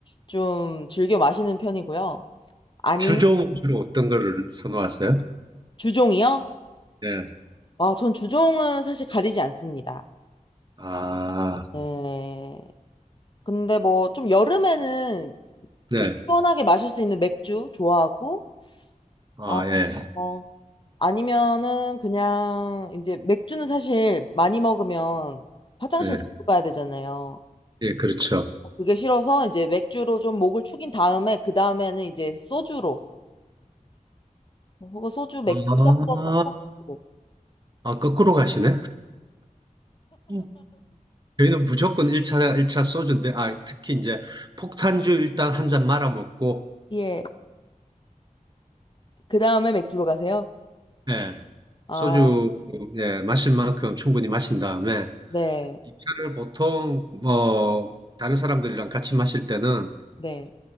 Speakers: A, on the left (about 35°); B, on the right (about 30°).
A: 좀 즐겨 마시는 편이고요. 아니면
B: 주종 주로 어떤 거를 선호하세요?
A: 주종이요?
B: 네.
A: 아, 전 주종은 사실 가리지 않습니다.
B: 아,
A: 네. 근데 뭐 좀 여름에는
B: 네.
A: 이렇게 시원하게 마실 수 있는 맥주 좋아하고
B: 아,
A: 어,
B: 예.
A: 어 아니면은 그냥 이제 맥주는 사실 많이 먹으면 화장실
B: 네.
A: 자주 가야 되잖아요.
B: 예, 그렇죠.
A: 그게 싫어서 이제 맥주로 좀 목을 축인 다음에 그 다음에는 이제 소주로 뭐 그거 소주 맥주
B: 아,
A: 섞어서 소주.
B: 아, 거꾸로 가시네? 음. 저희는 무조건 1차, 일차 소주인데, 아, 특히 이제 폭탄주 일단 한 잔 말아 먹고,
A: 예. 그 다음에 맥주로 가세요?
B: 예,
A: 아,
B: 소주, 예, 마실 만큼 충분히 마신 다음에,
A: 네.
B: 2차를 보통, 뭐, 다른 사람들이랑 같이 마실 때는,
A: 네.